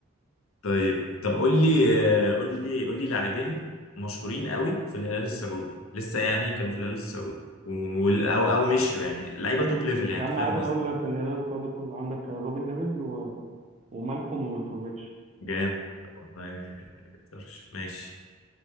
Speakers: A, on the left (about 80°); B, on the right (about 35°).
A: طيب طب قول لي آه، قول لي قول لي لاعبين مشهورين قوي في الهلال السعودي لسه يعني كانوا في الهلال السعودي وال- او او مشيوا يعني لعيبه توب ليفل يعني
B: يا
A: انت
B: عم
A: فاهم
B: عادي
A: قصدي
B: هقول لك الهلال السعودي كله عندك روبن نيفيز و... ومالكوم وميتروفيتش
A: جامد طب والله ما يقدرش ماشي